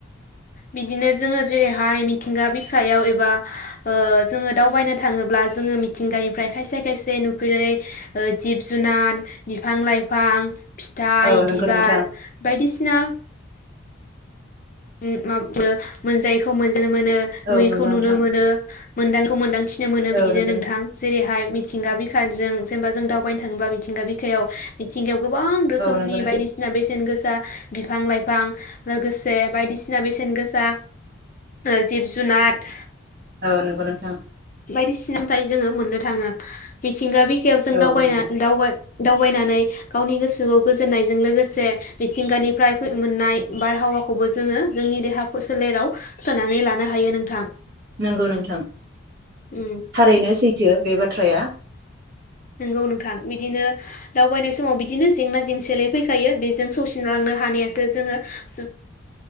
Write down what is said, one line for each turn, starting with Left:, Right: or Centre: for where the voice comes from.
Left: बिद बिदिनो जोङो जेरैहाय मिथिंगा बिखायाव एबा ओ जोङो दावबायनो थाङोब्ला जोङो मिथिंगानिफ्राय खायसे खायसे नुफेरै ओ जिब जुनाद बिफां लाइफां फिथाइ
Right: औ नंगौ
Left: बिबार
Right: नोंथां
Left: बायदिसिना उम मा जिमोनो मोनजायैखौ मोन नुनो मोनो नुयैखौ
Right: औ नंगौ
Left: नुनो
Right: नोंथां
Left: मोनो। मोनदांखौ मोनदांथि नो मोनो
Right: औ
Left: बिदिनो
Right: नंगौ
Left: नोंथां जेरैहाय मि थिंगा बिखाजों जेनेबा जों दावबायनो थाङोबा मिथिंगा बिखायाव मिथिंगायाव गोबां रोखोमनि
Right: औ नंगौ नोंथां
Left: बायदिसिना बेसेन गोस दा बिफां लाइफां लोगोसे बायदिसिना बेसेन गोसा ओ जिब जुनाद
Right: औ नंगौ नोंथां।
Left: बायदि सिनानिफाय जोङो मोननो थाङो मिथिंगा बिख खायाव
Right: औ
Left: जों दावबायना
Right: नंगौ
Left: दावगा दावबायनानै गावनि गोसोखौ गोजोननायजों लोगोसे मिथिंगानिफ्राय मोननाय बारहावाखौबो जोङो जोंनि देहा सोलेराव सोननानै लानो हायो नोंथां।
Right: नंगौ नोंथां।
Left: उम
Right: थारैनो सैथो बे बाथ्राया।
Left: नंगौ नोंथां बिदिनो दावबायनाय समाव बिदिनो जेंना जेंसिलाय फैखायो बेजों सौसिनलांनो हानायासो जोङो सु